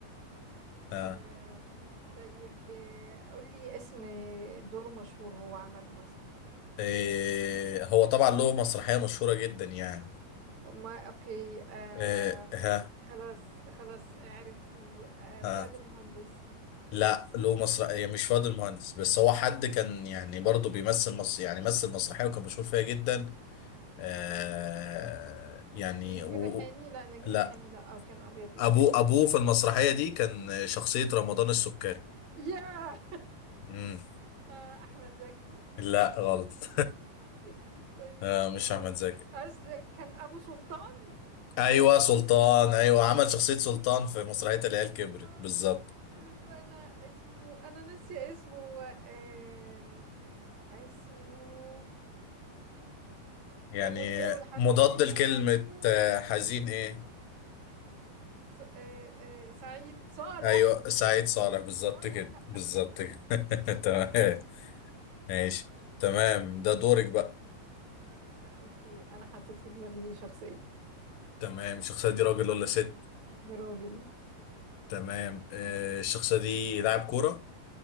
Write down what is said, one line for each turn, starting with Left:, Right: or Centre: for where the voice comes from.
Left: آه.
Right: آه، طيب آه، قولي اسم دور مشهور هو عمله مثلا
Left: آه هو طبعا له مسرحيه مشهوره جدا يعني
Right: ما اوكي آه
Left: آه ها
Right: خلاص خلاص عرفته آه
Left: ها
Right: فؤاد المهندس
Left: لا له مسرحيه مش فؤاد المهندس بس هو حد كان يعني برضه بيمثل مصر يعني مثل مسرحيه وكان مشهور فيها جدا آه يعني
Right: نجيب
Left: و...
Right: الريحاني لا نجيب
Left: لا
Right: الريحاني لا آه كان ابيض واسود
Left: ابوه ابوه في المسرحيه دي كان شخصيه رمضان السكري
Right: ياه
Left: مم.
Right: آه احمد زكي
Left: لا غلط
Right: <laughs> طيب
Left: آه مش
Right: ما هو
Left: احمد زكي
Right: اصل كان ابو سلطان
Left: ايوه سلطان ايوه عمل شخصيه سلطان في مسرحيه
Right: <laughs>
Left: العيال
Right: سلطان
Left: كبرت بالظبط
Right: طيب انا اسمه انا ناسيه اسمه آه اسمه
Left: يعني
Right: طب قول لي اول حرف
Left: مضاد
Right: نسيت
Left: لكلمه
Right: اسمه
Left: آه، حزين ايه
Right: ص... آه آه سعيد صالح
Left: ايوه سعيد صالح
Right: سعيد
Left: بالظبط
Right: صالح
Left: كده بالظبط كده <laughs>
Right: <laughs> أوكي.
Left: تمام ماشي
Right: طيب
Left: تمام
Right: ماشي
Left: ده دورك
Right: اوكي
Left: بقى
Right: آه اوكي انا حطيت في دماغي شخصية
Left: تمام الشخصيه دي راجل ولا ست
Right: راجل
Left: تمام آه الشخصيه دي لاعب كوره